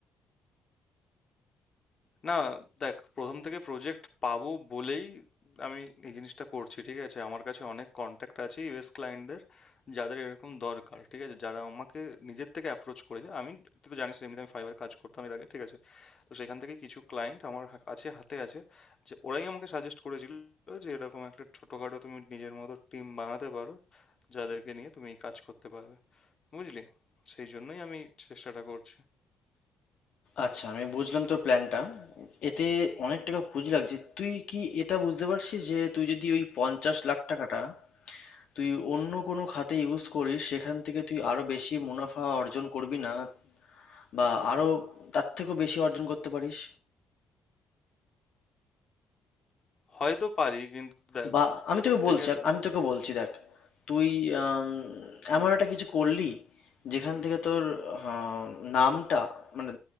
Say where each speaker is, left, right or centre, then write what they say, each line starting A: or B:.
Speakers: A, on the left; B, on the left.
A: না দেখ ১ম থেকে প্রজেক্ট পাবো বলেই আমি এই জিনিসটা করছি, ঠিক আছে? আমার কাছে অনেক কনট্যাক্ট আছে ইউএস ক্লায়েন্টদের যাদের এরকম দরকার, ঠিক আছে? যারা আমাকে নিজের থেকে অ্যাপ্রোচ করেছে। আমি তুই তো জানিস এমনিতে আমি ফাইবার কাজ করতাম এর আগে, ঠিক আছে? তো সেখান থেকে কিছু ক্লায়েন্ট আমার হা- কাছে হাতে আছে যে ওরাই আমাকে সাজেস্ট করেছিল যে এরকম একটা ছোটখাটো তুমি নিজের মতো টিম বানাতে পারো যাদেরকে নিয়ে তুমি এই কাজ করতে পারবে, বুঝলি? সেই জন্যই আমি চেষ্টাটা করছি।
B: আচ্ছা আমি বুঝলাম তোর প্ল্যানটা এতে অনেক টাকা পুঁজি লাগছে তুই কি এটা বুঝতে পারছিস যে তুই যদি ওই পঞ্চাশ লাখ টাকাটা তুই অন্য কোনো খাতে ইউজ করিস সেখান থেকে তুই আরো বেশি মুনাফা অর্জন করবি না বা আরো তার থেকেও বেশি অর্জন করতে পারিস
A: হয়তো পারি কিন্তু দেখ
B: বা আমি
A: প্রত্যেকের
B: তোকে বলছি আমি তোকে বলছি দেখ তুই আম,
A: হুম
B: এমন একটা কিছু করলি যেখান থেকে তোর আহ, নামটা মানে